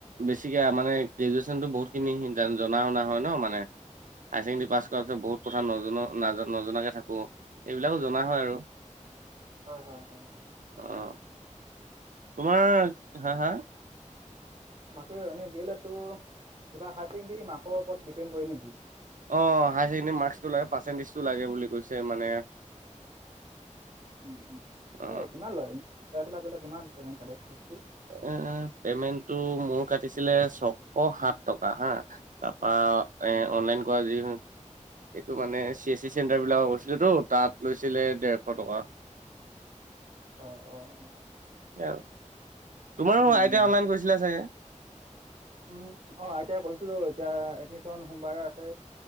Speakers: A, on the right; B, on the right.
A: বেছিকে মানে গ্ৰেজুৱেশ্যনটো বহুতখিনি জান জনা শুনা হ'য় ন' মানে। হাই ছেকেণ্ডী
B: উম,
A: পাছ কৰাৰ পিছত বহুত কথা নজ্‌ জনা, নাজ- নজনাকে থাকো। এইবিলাকো জনা
B: উম।
A: হ'য় আৰু।
B: হয় হয় হয় হয়
A: অঁ তোমাৰ হাঁ, হাঁ
B: বাকি এনেই ডি এল এটটো কিবা হাই ছেকেণ্ডী মাৰ্ক ওপৰত ডিপেণ্ড কৰে নেকি?
A: অঁ হায়াৰ ছেকেণ্ডেৰী মাৰ্কচটো লাগে। পাৰ্চেণ্টেজটো লাগে বুলি কৈছে। মানে
B: উম উম এনে
A: অ
B: কিমান ল'য়? ৰেগুলাৰ কৰিলে কিমান পেমেণ্ট কাটে ফিছটো?
A: এ এ পেমেন্টটো মোৰ কাটিছিলে ছশ সাত টকা। হাঁ, তাপা অঁ এ অনলাইন কৰা যিম এইটো মানে, চি এছ চি চেণ্টাৰ বিলাকত গৈছিলেটো, তাত লৈছিলে ডেৰশ টকা।
B: <unintelligible> অ অ
A: তেওঁ, তোমাৰো
B: উম
A: I
B: um
A: T I online কৰিছিলা চাগে?
B: উম, অঁ, আই টি আই কৰিছিলোঁ। এতিয়া এডমিশ্যন সোমবাৰে আছে।